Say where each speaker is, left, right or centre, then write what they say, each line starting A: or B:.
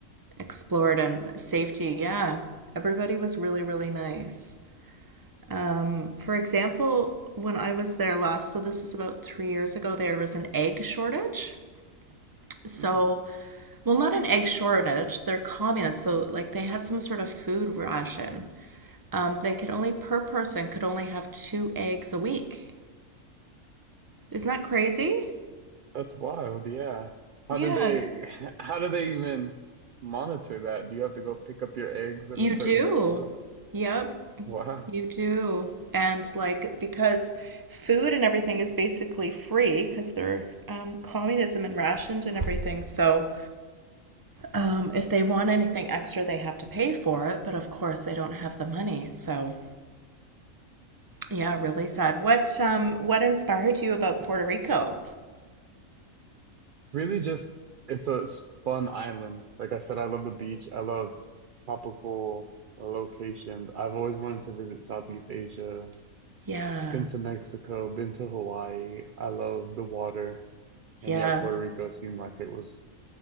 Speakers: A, on the right (about 20°); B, on the right (about 75°).
A: explored and safety. Yeah, everybody was really, really nice. Um, for example, when I was there last, so this is about three years ago, there was an egg shortage. So,
B: Mm,
A: well, not an egg shortage, they're communists. So, like, they had some sort of food ration. Um, they could only, per person, could only have two eggs a week. Isn't that crazy?
B: that's wild. Yeah.
A: Yeah,
B: How do they, <laughs> how do they even monitor that? Do you have to go pick up your eggs at
A: you
B: a certain
A: do.
B: spot?
A: Yep,
B: Wow.
A: you do. And like because food and everything is basically free because they're um, communism and rationed and everything. So Um, if they want anything extra, they have to pay for it, but of course they don't have the money. So, yeah, really sad. What um what inspired you about Puerto Rico?
B: Really just, it's a s- fun island. Like I said, I love the beach. I love tropical locations. I've always wanted to visit Southeast Asia.
A: Yeah.
B: Been to Mexico, been to Hawaii. I love the water. And
A: Yes.
B: yeah, Puerto Rico seemed like it was